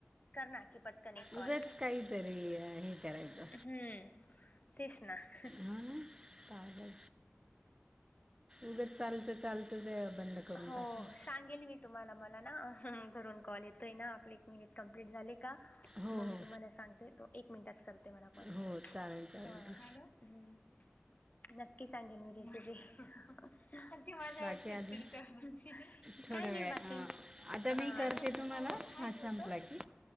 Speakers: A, on the left; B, on the right.
A: कर ना की पट कनी काँल
B: उगच काहीतरी अ, हे करायचं.
A: हम तेच ना <unintelligible>
B: हो ना पागल उगच चालतं चालत ते बंद करून
A: हो
B: टाक ल <unintelligible>
A: सांगेल मी तुम्हाला मला ना घरून कॉल येतो आहे ना आपले एक मिनिट कंप्लीट झाले का
B: हो
A: मग
B: हो.
A: मी तुम्हाला सांगते तो एक मिनिटात कर ते मला कॉल
B: हो चालेल चालेल
A: हॅलो
B: ठीक
A: हम नक्की सांगेन मी ती अगदी माझ्यावर
B: बाकी
A: चिडचिड
B: अजून
A: काय
B: थोड्या
A: नाही
B: वेळ
A: बाकी
B: अ
A: एक
B: आता मी करते
A: तर
B: तुम्हाला
A: मोबाईल हँग
B: हा संपला
A: होतो
B: की?